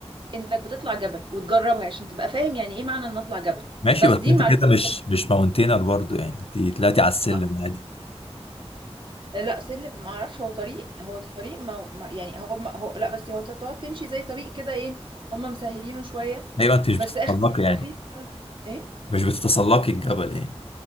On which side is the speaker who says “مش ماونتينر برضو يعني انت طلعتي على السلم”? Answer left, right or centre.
Left